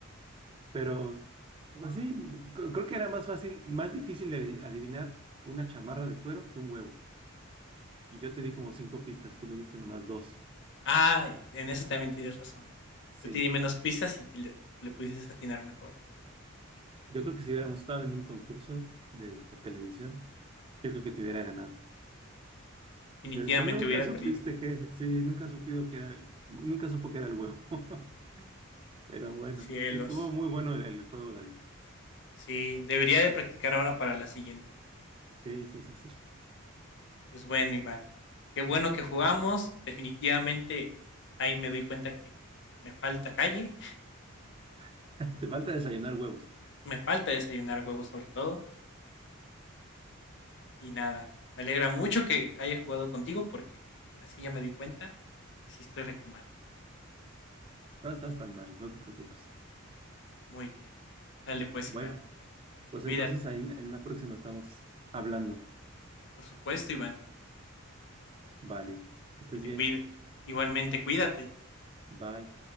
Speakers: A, on the right; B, on the left.
A: pero así, c- creo que era más fácil, más difícil de adivinar una chamarra de cuero que un huevo. Y yo te di como cinco pistas, tú me diste nomás dos.
B: Ah, y en eso también tienes razón.
A: Sí,
B: Yo te di menos pistas y te le, le pudiste atinar mejor.
A: yo
B: Mm,
A: creo que si hubiéramos estado en un concurso de, de televisión, yo creo que te hubiera ganado.
B: Definitivamente
A: Le hubiera dicho, nunca
B: hubiera
A: supiste
B: perdido.
A: que, sí, nunca supió que era, nunca supo que era el huevo. <laughs> Pero bueno,
B: Cielos.
A: estuvo muy bueno el, el juego, David.
B: Sí, debería de practicar ahora para la siguiente.
A: Sí, sí, sí, sí.
B: Pues bueno, Iván. Qué bueno que jugamos. Definitivamente ahí me doy cuenta que me falta calle
A: <laughs> Te falta desayunar huevos.
B: me falta desayunar huevos sobre todo. Y nada, me alegra mucho que haya jugado contigo porque así ya me di cuenta que sí estoy recta mal.
A: No estás tan mal, no te preocupes.
B: Muy bien. Dale pues,
A: Bueno,
B: Iván.
A: pues
B: Cuídate.
A: entonces ahí en en una próxima estamos hablando.
B: Por supuesto, Iván,
A: Vale, que estés
B: que te
A: bien.
B: cuide. Igualmente, cuídate.
A: Bye.